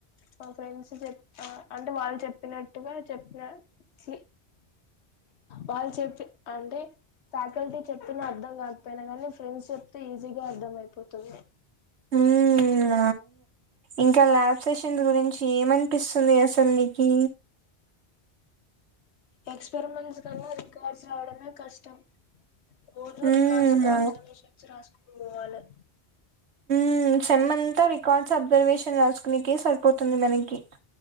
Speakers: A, on the left; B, on the right.
A: మా ఫ్రెండ్స్ చె అంటే వాళ్ళు చెప్పినట్టుగా చెప్పిన చి వాళ్ళు చెప్పి అంటే ఫ్యాకల్టీ చెప్పిన అర్థం కాకపోయినా కానీ ఫ్రెండ్స్ చెప్తే ఈజీగా అర్థం అయిపోతు తుంది
B: ఉమ్ ఇంకా లాబ్స్ సెషన్స్ గురించి ఏమనిపిస్తుంది అసలు నీకు
A: ఎక్స్పెరిమెంట్స్ కన్నా రికార్డ్స్ రావడమే కష్టం రోజు
B: ఉమ్
A: రికార్డ్స్
B: అవు-
A: అబ్జర్వేషన్ రాసుకొని పోవాలె
B: ఉమ్ సేమ్ అంతా రికార్డ్స్ అబ్జర్వేషన్ రాసుకునేక సరిపోతుంది మనకి